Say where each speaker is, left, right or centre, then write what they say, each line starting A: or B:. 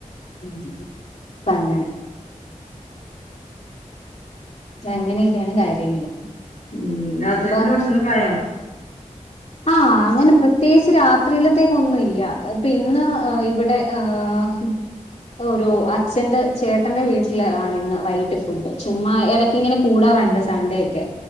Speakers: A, on the left (about 55°); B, on the left (about 75°).
A: മ് ഇപ്പ അങ്ങനെ അങ്ങനെയൊക്കാണ് കാര്യങ്ങള്
B: ഉം രാത്രിയെക്കുള്ള
A: അപ്പൊ
B: ഭക്ഷണൊക്കെ ആയോ
A: ആഹ് അങ്ങനെ പ്രത്യേകിച്ച് രാത്രിയിലത്തേക്ക് ഒന്നും ഇല്ല ഇപ്പൊ ഇന്ന് ഇവിടെ ആഹ് ഒരു അച്ഛന്റെ ചേട്ടന്റെ വീട്ടില് ആണ് ഇന്ന് വൈിട്ട് ഫുഡ് ചുമ്മാ ഇടക്ക് ഇങ്ങനെ കൂടാറുണ്ട് സൺഡേ ഒക്കെ